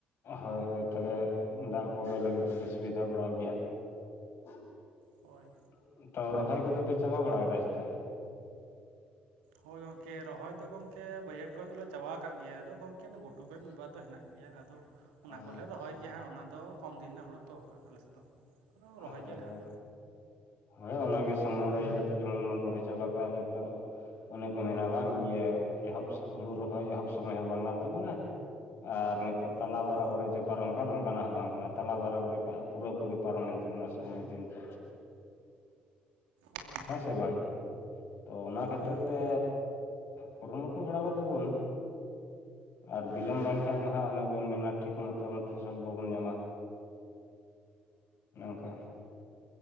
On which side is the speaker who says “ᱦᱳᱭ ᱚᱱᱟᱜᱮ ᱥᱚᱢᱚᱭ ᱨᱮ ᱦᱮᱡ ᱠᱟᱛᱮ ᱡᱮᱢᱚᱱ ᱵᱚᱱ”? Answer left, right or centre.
Left